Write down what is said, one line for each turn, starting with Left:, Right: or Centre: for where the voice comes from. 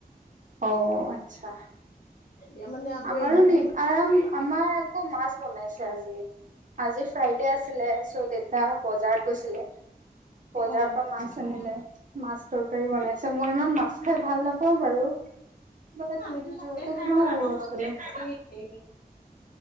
Right: অ', আচ্ছা।
Left: এতিয়া মানে আকৌ
Right: আমাৰো
Left: এই দুই
Right: নি
Left: তিনি
Right: আৰ-আমাৰ আকৌ মাছ বনাইছে আজি। আজি ফ্ৰাইডে আছিলে চ' দেউতা বজাৰত গৈছিলে, বজাৰৰ
Left: অ
Right: পৰা মাছ আনিলে, মাছ তৰকাৰী বনাইছে মই ইমান মাছ খাই ভাল নাপাওঁ বাৰু। বাট
Left: ন আমিতো চবেই
Right: জোলটো
Left: খাই
Right: খাওঁ
Left: ভাল
Right: আৰু
Left: পাওঁ
Right: অলপ চলপ।
Left: <unintelligible>